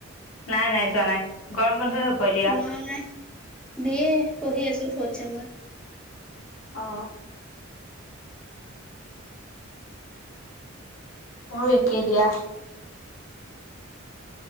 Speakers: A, on the left (about 85°); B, in the centre.
A: নাই নাই যোৱা নাই গৰম বন্ধই হ'ব এতিয়া।
B: মই বি এ পঢ়ি আছো ফৌথ চেমত
A: অ মই ও একেই দিয়া